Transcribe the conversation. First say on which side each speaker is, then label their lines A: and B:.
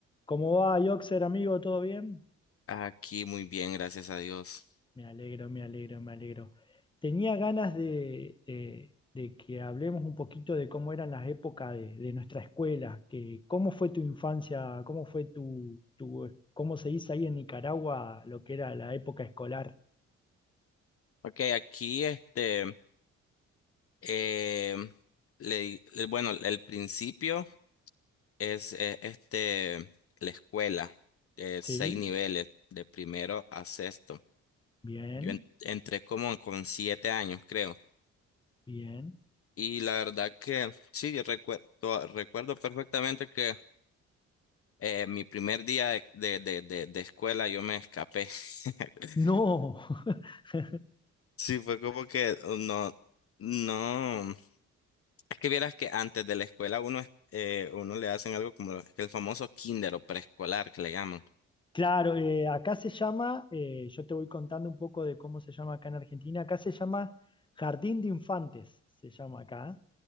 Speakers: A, on the left (about 15°); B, on the left (about 50°).
A: ¿Cómo va, Yoxer, amigo? ¿Todo bien?
B: Aquí muy bien, gracias a Dios.
A: Me alegro, me alegro, me alegro. Tenía ganas de, de- de que hablemos un poquito de cómo eran las épocas de, de nuestra escuela, que cómo fue tu infancia, cómo fue tu, tu- cómo se dice ahí en Nicaragua lo que era la época escolar.
B: Ok, aquí este, em, le le- bueno, el principio es eh, este, la escuela, eh,
A: ¿Sí?
B: seis niveles, de primero a sexto.
A: Bien,
B: Yo en- entré como con siete años, creo.
A: bien.
B: Y la verdad que sí, yo recuerdo, recuerdo perfectamente que eh, mi primer día de, de, de, de de escuela yo me escapé. <laughs>
A: No. <laughs>
B: Sí, fue como que no, no. Es que vieras que antes de la escuela uno, es- eh, uno le hacen algo como lo- el famoso kinder o preescolar que le llaman.
A: Claro, eh, acá se llama, eh, yo te voy contando un poco de cómo se llama acá en Argentina, acá se llama Jardín de Infantes, se llama acá,